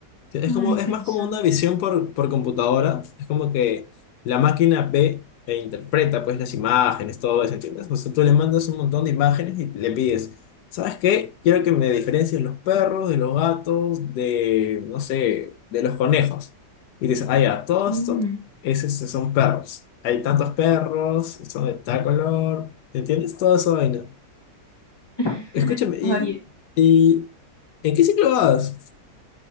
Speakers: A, on the left; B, on the left.
A: Sí, Es
B: ay,
A: como,
B: interesante.
A: es más como una visión por, por computadora. Es como que la máquina ve e interpreta pues las imágenes, todo eso, ¿entiendes? O sea, tú le mandas un montón de imágenes y le pides, ¿sabes qué? Quiero que me diferencies los perros, de los gatos, de, no sé, de los conejos. Y dices, ah, ya, todo
B: Mm.
A: esto es, este, son perros. Hay tantos perros, son de tal color, ¿entiendes? Toda esa vaina.
B: <laughs>
A: Escúchame, ¿y,
B: Oye,
A: y en qué ciclo vas?